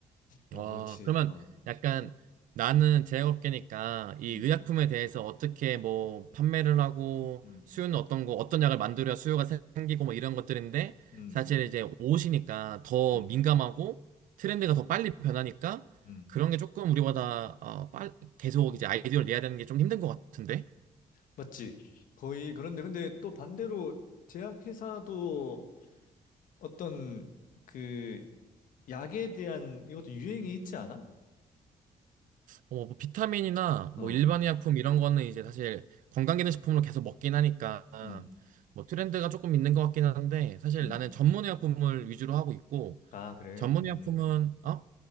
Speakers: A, on the left; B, on the right.
A: 어
B: 어,
A: 그렇지
B: 그러면
A: 어
B: 약간 나는 제약업계니까 이
A: 음
B: 의약품에 대해서 어떻게 뭐 판매를 하고
A: 음,
B: 수요는 어떤 거, 어떤 약을 만들어야 수요가 생기고 뭐 이런 것들인데
A: 음.
B: 사실 이제 옷이니까 더
A: 음.
B: 민감하고 트렌드가 더 빨리 변하니까
A: 음,
B: 그런 게 조금 우리보다 어, 빨, 계속 이제 아이디어를 내야 되는 게 좀 힘든 것 같은데.
A: 맞지. 거의 그런데, 근데 또 반대로 제약회사도 어떤 그 약에 대한 이것도 유행이 있지 않아?
B: 어뭐 비타민이나
A: 어,
B: 뭐 일반 의약품 이런 거는 이제 사실 건강기능식품으로 계속 먹긴 하니까
A: 음,
B: 뭐 트렌드가 조금 있는 것 같긴 한데 사실
A: 음.
B: 나는 전문 의약품을 위주로 하고 있고
A: 아, 그래.
B: 전문
A: 음.
B: 의약품은 어?